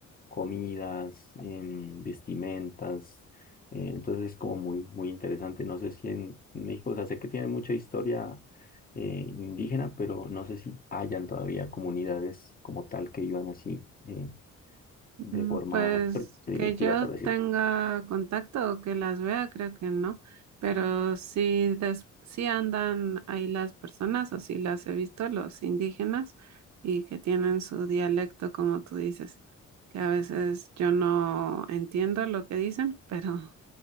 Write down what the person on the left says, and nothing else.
comidas, em, vestimentas. eh, entonces es como muy, muy interesante. No sé si en México, o sea, sé que tiene mucha historia eh, indígena, pero no sé si hayan todavía comunidades como tal que vivan así eh, de
forma
pr- primitiva,
por decirlo.